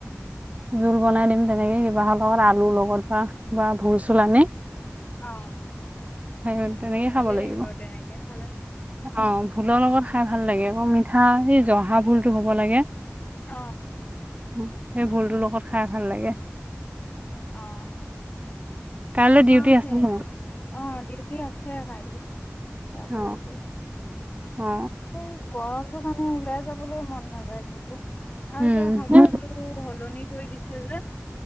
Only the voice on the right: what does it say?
জোল বনাই দিম তেনেকে কিবাহ লগত আলু লগত বা কিবা ভোল চোল আনি।
সেহুত তেনেকে
খাব লাগিব।
অ ভোলৰ লগত খাই ভাল লাগে আকৌ মিঠা এই জহা ভুলতটো হব লাগে
সেই ভুলতো লগ <unintelligible> খাই ভাল লাগে
কাইলৈ
ডিউটি আছে ন
অ
অ
উম